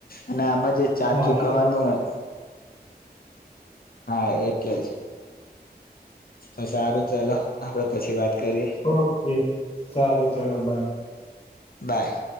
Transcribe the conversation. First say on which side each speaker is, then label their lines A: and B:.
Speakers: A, on the left (about 60°); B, on the left (about 35°).
A: અને આમાં જે ચાર
B: હા
A: ચુકવવાનું
B: એ તો વાત.
A: હો હા એટલે જ સારું ચલો આપડ પછી વાત કરીએ
B: ઓકે સારું ચલો બાય
A: બાય